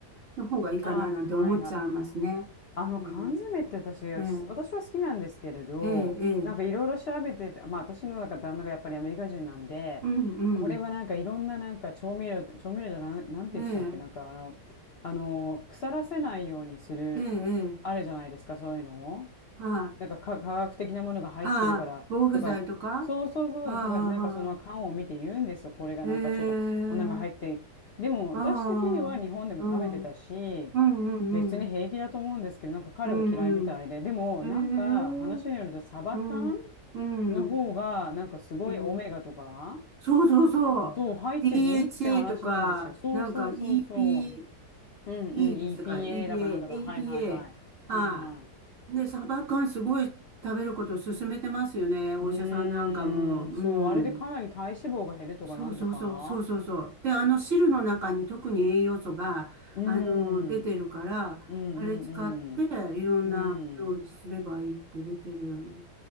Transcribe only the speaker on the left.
あ、
はいはい。あの缶詰って私、
私、
私は好きなんですけれど、
なんかいろいろ調べてて、まあ私のなんか旦那がやっぱりアメリカ人なんで、
これはなんかいろんななんか調味料、調味料じゃなん、なんて言ってたっけ、
なんかあの、あの、腐らせないようにする、
あれじゃないですか、そういうの
なんか科科学的なものが入ってるからとか、
そうそうそうとか、
なんかその缶を見て言うんですよ。これがなんかちょっと、
こんなのが入って。でも、
私的には日本でも食べてたし、
別に平気だと思うんですけど、なんか彼は嫌いみたいで。
でも、
なんか話によるとサバ缶
の方が、
なんかすごいオメガとか、
そう、入ってていいって話なんですよ。
そうそうそうそ
う。うんうん、EPA
だかなんだか、
はいはいはい。はいはい。
うーん、
そう、あれでかなり体脂肪が減るとかなんとか。
うーん、
うんうんうん、
うん、